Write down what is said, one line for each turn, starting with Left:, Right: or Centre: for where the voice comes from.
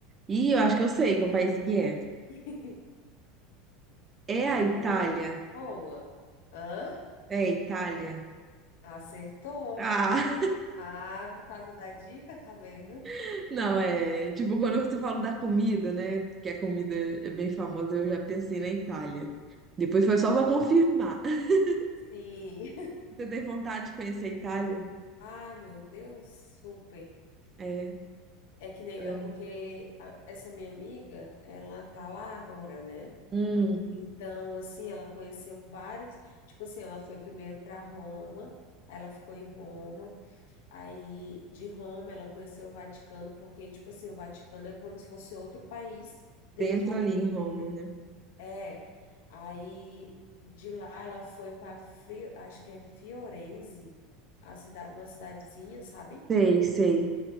Right: E eu acho que eu sei qual país que é.
Left: <laughs>
Right: É
Left: Eu
Right: a Itália.
Left: dei uma dica boa. Hã?
Right: É a Itália.
Left: Acertou.
Right: Ah,
Left: Ah, por causa da dica, tá vendo?
Right: <laughs> não, é. Tipo, quando você fala da comida, né? Que a comida é bem famosa, eu já pensei na Itália. Depois foi só pra confirmar. <laughs>
Left: Sim. <laughs>
Right: Você tem vontade de conhecer a Itália?
Left: Ai, meu Deus, super.
Right: É.
Left: É que nem,
Right: Eu-
Left: é porque a- essa minha amiga, ela tá lá agora, né?
Right: Hum,
Left: Então, assim, ela conheceu vários, tipo assim, ela foi primeiro para Roma, aí ela ficou em Roma, Aí de Roma ela conheceu o Vaticano, porque, tipo assim, o Vaticano é como se fosse outro país
Right: Dentro
Left: dentro de
Right: ali
Left: um país,
Right: em Roma,
Left: né?
Right: né?
Left: É. Aí de lá ela foi para acho que é Fiorenze, a cida- uma cidadezinha, sabe?
Right: sei, sei.